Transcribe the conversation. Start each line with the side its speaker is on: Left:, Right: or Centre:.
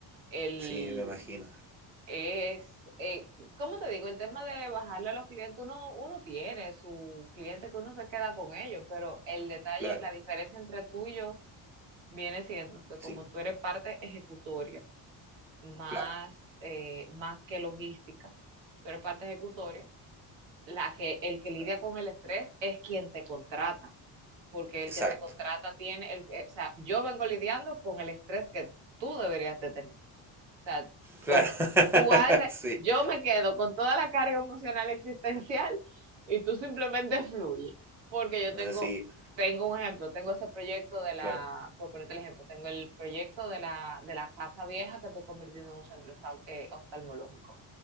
Right: El,
Centre: sí, me imagino.
Right: Es, eh, ¿cómo te digo? El tema de bajarle a los clientes, uno, uno tiene su cliente que uno se queda con ellos, pero el detalle,
Centre: Claro,
Right: la diferencia entre tú y yo viene siendo que como
Centre: sí,
Right: tú eres parte ejecutoria, más,
Centre: claro,
Right: eh, más que logística, tú eres parte ejecutoria, la que, el que lidia
Centre: claro.
Right: con el estrés es quien te contrata, porque el
Centre: Exacto,
Right: que te contrata tiene, el, eh, o sea, yo vengo lidiando con el estrés que tú deberías de tener. O sea,
Centre: claro,
Right: o tú haces,
Centre: <laughs> sí,
Right: yo me quedo con toda la carga emocional existencial y tú simplemente <laughs> fluye. Porque yo tengo,
Centre: ah, sí,
Right: tengo un ejemplo, tengo ese proyecto de la,
Centre: claro,
Right: por ponerte el ejemplo, tengo el proyecto de la, de la casa vieja que estoy convirtiendo en un centro esta- eh, oftalmológico.